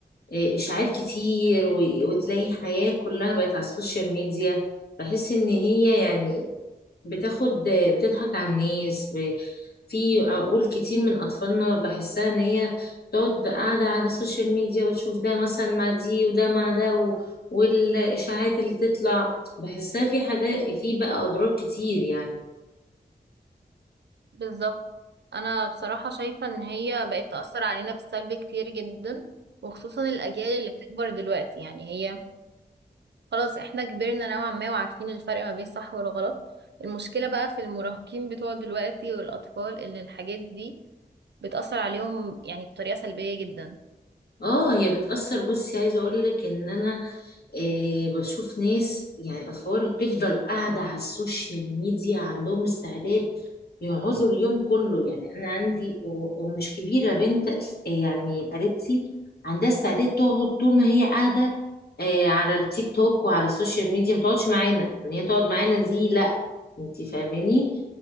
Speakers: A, on the left; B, on the right.
A: إيه اشاعات كتير و- وتلاقي حياة كلها بقت على السوشيال ميديا بحس ان هي يعني بتاخد بتضحك على الناس في عقول كتير من أطفالنا بحسها إن هي تقعد قاعدة على السوشيال ميديا وتشوف ده مثلا مع دي وده مع ده و... والإشاعات اللي تطلع بحسها في حاجات في بقى أضرار كتير يعني
B: بالظبط انا بصراحة شايفة ان هي بقت تأثر علينا بالسلب كتير جدا وخصوصا الاجيال اللي بتكبر دلوقتي يعني هي خلاص احنا كبرنا نوعا ما وعارفين الفرق ما بين الصح والغلط المشكلة بقى في المراهقين بتوع دلوقتي والاطفال اللي الحاجات دي بتأثر عليهم يعني بطريقة سلبية جدا
A: اه هي بتأثر بصي عايزة اقول لك ان انا إيه بشوف ناس يعني اطفال تفضل قاعدة على السوشيال ميديا عندهم استعداد يقعدوا اليوم كله يعني انا عندي و- ومش كبيرة بنت إيه يعني قريبتي عندها استعداد تقعد طول ما هي قاعدة إيه على التيك توك وعلى السوشيال ميديا ما تقعدش معانا ان هي تقعد معانا دي لا انت فاهماني